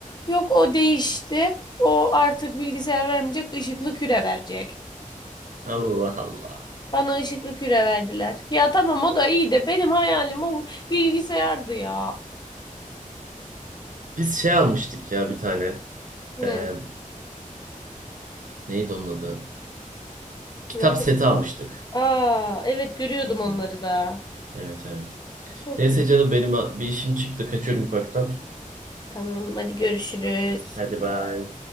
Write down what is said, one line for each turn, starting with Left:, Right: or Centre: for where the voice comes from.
Left: Yok o değişti. O artık bilgisayar vermeyecek, ışıklı küre verecek.
Right: Allah Allah.
Left: Bana ışıklı küre verdiler. Ya tamam o da iyi de benim hayalim o bilgisayardı ya.
Right: Biz şey almıştık ya bir tane.
Left: Ne?
Right: Ee, neydi onun adı? Kitap
Left: Nasıl?
Right: seti almıştık.
Left: Aa evet görüyordum
Right: Hı hı.
Left: onları da.
Right: Evet evet.
Left: Çok
Right: Neyse
Left: güzel.
Right: canım benim bir işim çıktı. Kaçıyorum ufaktan.
Left: Tamam hadi görüşürüz.
Right: Hadi bay.